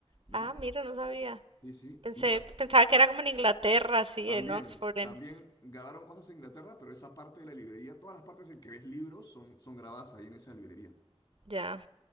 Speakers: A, on the left; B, on the right.
A: ¿no?
B: Ah, mira, no sabía.
A: Sí, sí.
B: Pensé,
A: Y ta-
B: pensaba que era como en Inglaterra, sí,
A: también,
B: en Oxford, en...
A: también grabaron cosas en Inglaterra, pero esa parte de la librería, todas las partes en que ves libros son, son grabadas ahí en esa librería.
B: Ya.